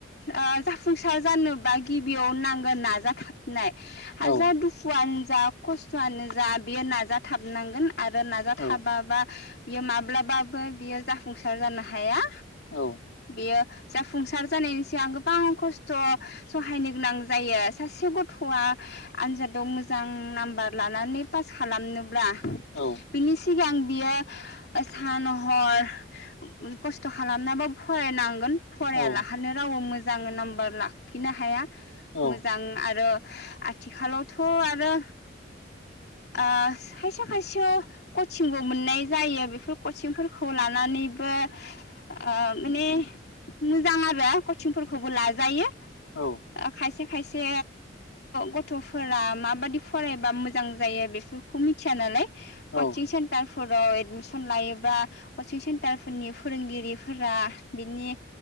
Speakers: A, on the left; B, on the left.
A: ओ जाफुंसार जानोबा गिबियाव नांगोन नाजा नाय हाजार
B: औ
A: दुखुआनो जा खस्थ'आनो जा बेयो नाजाथाबनांगोन। आरो नाजाथाबाबा
B: औ
A: बियो माब्लाबाबो बियो जाफुंसार जानो हाया।
B: औ
A: बेयो जाफुंसार जानायनि सिगां गोबां खस्थ'। सहायनो गोनां जायो सासे गथ'आ आनजादाव मोजां नाम्बार लानानै पास खालामनोब्ला
B: औ
A: बिनि सिगां बियो सान हर खस्थ' खालाम नाबाबो फरायनांगोन फरायालाहानो
B: औ
A: रावबो मोजां नाम्बार लाखिनो हाया
B: औ
A: मोजां आरो आथिखालावथ' आरो ओ खायसे खायसे कचिंबो मोननाय जायो बेफोर कचिंफोरखौ लानानैबो ओ माने मोजां आरो कचिंफोरखौबो लाजायो
B: औ
A: ओ खायसे खायसे गथ'फोरा माबायदि फरायबा मोजां जायो बेफोरखौ मिथिया नालाय कचिं
B: औ
A: सेन्टारफोराव एडमिसन लायोब्ला कचिं सेन्टार फोरनि फोरोंगिरि फोरा बिनि